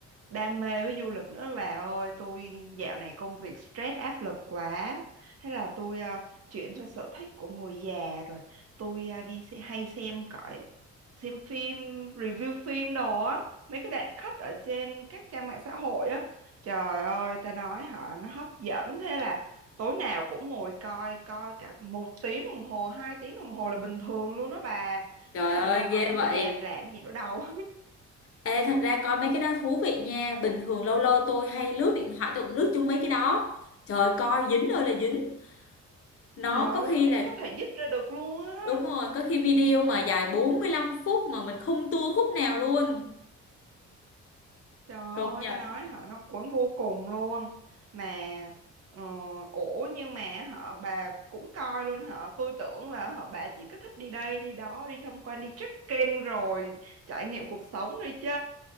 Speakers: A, on the right (about 55°); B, on the left (about 50°).
A: đam mê với du lịch nữa bà ơi tôi dạo này công việc stress áp lực quá thế là tôi ờ, chuyển theo sở thích của người già rồi tôi ờ, đi xe, hay xem cõi xem phim review phim đồ á mấy cái đoạn cut ở trên các trang mạng xã hội á trời ơi ta nói họ nó hấp dẫn thế là tối nào cũng ngồi coi coi cả một tiếng đồng hồ hai tiếng đồng hồ là bình thường luôn đó bà
B: trời
A: thế là
B: ơi
A: đâu
B: ghê
A: còn
B: vậy
A: thời gian để làm gì nữa đâu
B: Ê, thật ra coi mấy cái đó thú vị nha bình thường lâu lâu tôi hay lướt điện thoại tôi cũng lướt chung mấy cái đó trời coi dính ơi là dính
A: <laughs>
B: nó
A: trời
B: có
A: ơi
B: khi
A: không
B: là
A: có thể dứt ra được luôn á
B: đúng rồi có khi video mà dài 45 phút mà mình không tua khúc nào luôn
A: trời ơi
B: công nhận
A: ta nói họ nó cuốn vô cùng luôn mà ờ, ủa nhưng mà họ bà cũng coi luôn họ tôi tưởng là họ bà chỉ có thích đi đây đi đó đi tham quan đi trekking rồi trải nghiệm cuộc sống rồi chứ